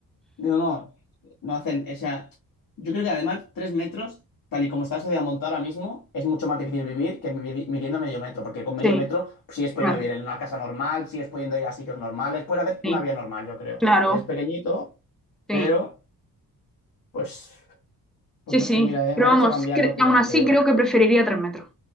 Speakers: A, on the left (about 60°); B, in the centre.
A: No, no, no hacen, o sea, yo creo que además tres metros, tal y como está la sociedad montada ahora mismo, es mucho más difícil vivir que midi- midiendo medio metro, porque con medio
B: sí,
A: metro pues, sigues pudiendo
B: claro,
A: vivir en una casa normal, sigues pudiendo ir a sitios normales, puedes hacer
B: sí,
A: una vida normal, yo creo.
B: claro,
A: Es pequeñito, pero,
B: sí,
A: pues, pues
B: sí,
A: no
B: sí.
A: sé, mira, eh,
B: Pero
A: me has
B: vamos,
A: hecho cambiar
B: cre-
A: de opinión,
B: aún así
A: creo,
B: creo
A: ¿eh?
B: que preferiría tres metros.